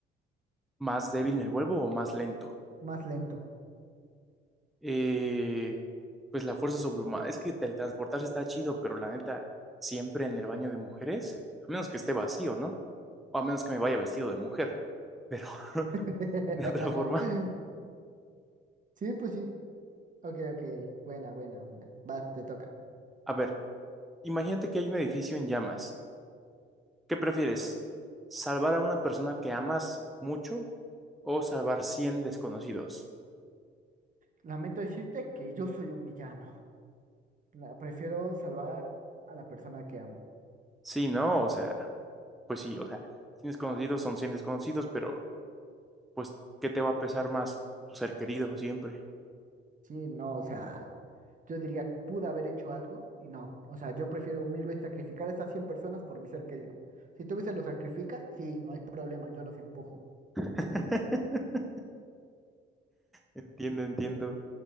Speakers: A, in the centre; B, on the right (about 40°).
A: más débil me vuelvo o más lento.
B: Más lento.
A: Eh, pues la fuerza sobrehumana. Es que teletransportarse está chido, pero la neta, siempre en el baño de mujeres, a menos que esté vacío, ¿no? O a menos que me vaya vestido de mujer, pero <laughs>
B: <laughs>
A: de otra forma.
B: Sí, pues sí. Ok, ok. Buena, buena, buena. Vas, te toca.
A: A ver, imagínate que hay un edificio en llamas. ¿Qué prefieres? ¿Salvar a una persona que amas mucho o salvar 100 desconocidos?
B: Lamento decirte que yo soy un villano. La- prefiero salvar a la persona que amo.
A: Sí, ¿no? O sea, pues sí, o sea, 100 desconocidos son 100 desconocidos, pero pues, ¿qué te va a pesar más? Tu ser querido siempre.
B: Sí, no, o sea. Yo diría, pude haber hecho algo y no. O sea, yo prefiero mil veces sacrificar a esas 100 personas por mi ser querido. Si tú veces los sacrificas, sí, no hay problema, yo los empujo.
A: <laughs> Entiendo, entiendo.